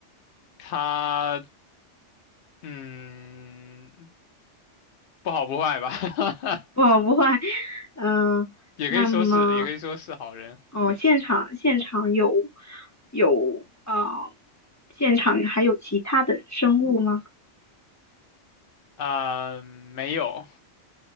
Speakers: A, on the left (about 55°); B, on the left (about 30°).
A: 他嗯不好不坏吧，<laughs>
B: <laughs> 不好不坏，嗯、
A: 也可以说是也可以说是好人
B: 那么哦，现场现场有有呃，现场还有其他的生物吗？
A: 啊、没有，